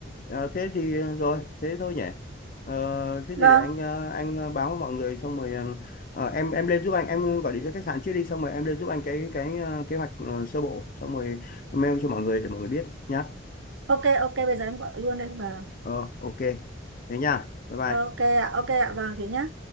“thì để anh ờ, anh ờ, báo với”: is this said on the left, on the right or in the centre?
Left